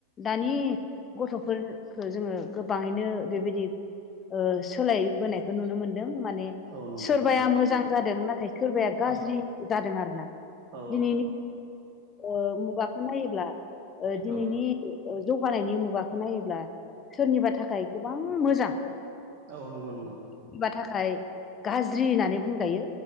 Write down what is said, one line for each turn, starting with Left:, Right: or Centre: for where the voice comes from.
Left: दानि गथ'फोरखो जोङो गोबाङैनो बेबायदि ओ सोलायबोनायखौ नुनो मोनदों माने
Right: औ नंगौ
Left: सोरबाया
Right: नंगौ
Left: मोजां जादों नाथाय सोरबाया गाज्रि
Right: औ
Left: जादों आरोना। दिनैनि
Right: औ
Left: ओ मुगाखौ नायोब्ला ओ दिनैनि
Right: औ
Left: ओ जौगानायनि मुगाखौ नायोब्ला सोरनिबा थाखाय गोबां मोजां सोरनिबा
Right: औ नंगौ नंगौ
Left: थाखाय गाज्रि होननानै बुंजायो।